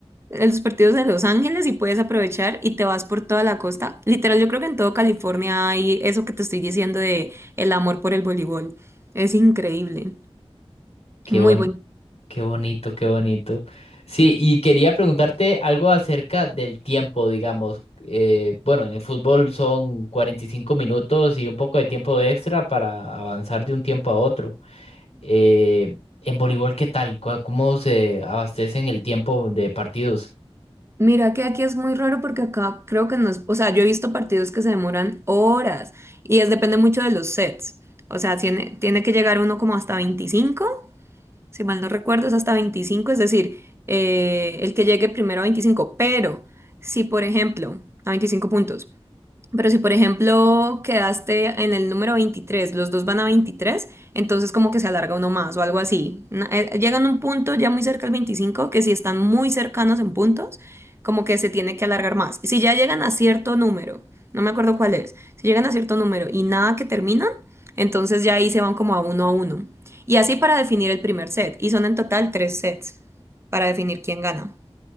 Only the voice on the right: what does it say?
eh, los partidos de Los Ángeles y puedes aprovechar y te vas por toda la costa. Literal, yo creo que en todo California hay eso que te estoy diciendo de el amor por el voleibol. Es increíble.
Muy
bonito.
Mira que aquí es muy raro porque acá creo que no es, o sea, yo he visto partidos que se demoran horas y es depende mucho de los sets. O sea, tiene, tiene que llegar uno como hasta 25, si mal no recuerdo, es hasta 25, es decir, eh, el que llegue primero a 25. pero si por ejemplo, a 25 puntos, pero si, por ejemplo, quedaste en el número 23, los dos van a 23, entonces como que se alarga uno más o algo así. Na- eh, Llegan a un punto ya muy cerca al 25 que si están muy cercanos en puntos, como que se tiene que alargar más. Si ya llegan a cierto número, no me acuerdo cuál es, si llegan a cierto número y nada que terminan, entonces ya ahí se van como a uno a uno. Y así para definir el primer set. Y son en total tres sets para definir quién gana.